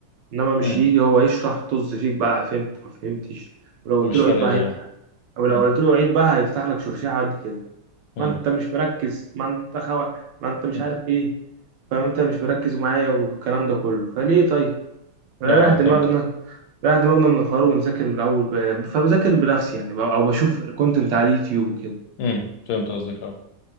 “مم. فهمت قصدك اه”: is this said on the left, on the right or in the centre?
Left